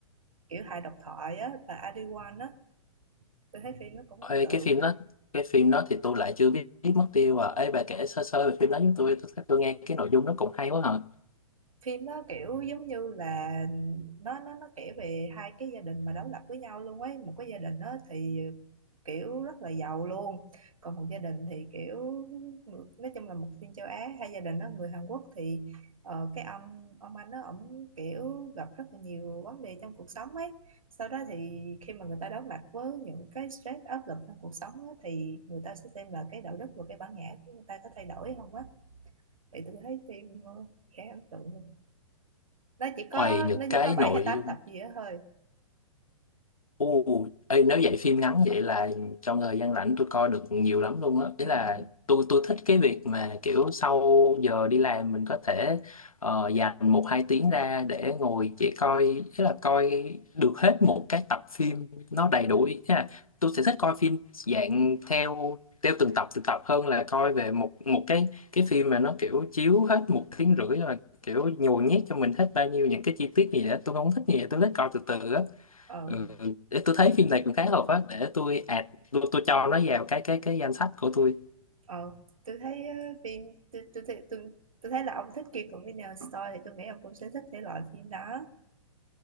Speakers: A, on the right; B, on the left.
A: kiểu hài độc thoại á bà Adiwan á tôi thấy phim nó cũng ấn
B: Ê,
A: tượng
B: cái phim đó cái phim đó thì tôi lại chưa biết, biết mất tiêu à ấy bà kể sơ sơ về phim đó chúng tôi tôi, tôi nghe cái nội dung nó cũng hay quá hả
A: phim nó kiểu giống như là nó nó nó kể về hai cái gia đình mà đối lập với nhau luôn ấy một cái gia đình đó thì kiểu rất là giàu luôn còn một gia đình thì kiểu nói chung là một phim châu Á hai gia đình đó người Hàn Quốc thì ờ, cái ông ông anh đó ổng kiểu gặp rất là nhiều vấn đề trong cuộc sống ấy sau đó thì khi mà người ta đối mặt với những cái stress áp lực trong cuộc sống á, thì người ta sẽ xem là cái đạo đức và cái bản ngã của người ta có thay đổi không á thì tôi thấy phim ờ, khá ấn tượng luôn nó chỉ có
B: Ôi những
A: nó
B: cái
A: chỉ có 7
B: nội
A: hay 8
B: dung
A: tập gì đó thôi
B: Ồ, ê, nếu vậy phim ngắn vậy là trong thời gian rảnh tôi coi được nhiều lắm luôn á. Ý
A: ừ
B: là
A: ừ
B: tôi tôi thích cái việc mà kiểu sau giờ đi làm mình có thể ờ, dành một hai tiếng ra để ngồi chỉ coi, ý là coi được hết một cái tập phim nó đầy đủ. Ý là tôi sẽ thích coi phim dạng theo theo từng tập từng tập hơn là coi về một một cái cái phim mà nó kiểu chiếu hết một tiếng rưỡi rồi kiểu nhồi nhét cho mình hết bao nhiêu những cái chi tiết gì đó tôi không thích gì vậy. tôi thích coi từ từ á
A: ờ
B: Ừ, để tôi thấy phim này cũng khá hợp á để tôi add tôi, tôi cho nó vào cái cái cái danh sách của tôi
A: ờ tôi thấy ờ, phim tôi tôi thấy tôi, tôi thấy là ông thích Kim Convenience Store thì tôi nghĩ ông cũng sẽ thích thể loại phim đó